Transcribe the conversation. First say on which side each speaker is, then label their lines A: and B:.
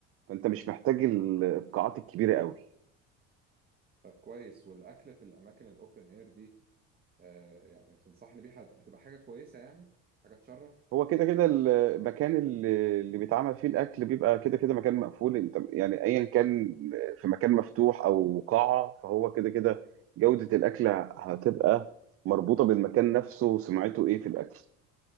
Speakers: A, on the right; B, on the right.
A: فأنت مش محتاج ال- القاعات الكبيرة قوي
B: طب كويس والأكل في الأماكن الأوبن إير دي آه يعني تنصحني بيها هت- هتبقى حاجة كويسة يعني حاجة تشرف
A: هو كده كده المكان اللي اللي بيتعمل فيه الأكل بيبقى كده كده مكان مقفول أنت يعني أيا كان في مكان مفتوح أو قاعة فهو كده كده جودة الأكل هتبقى مربوطة بالمكان نفسه وسمعته إيه في الأكل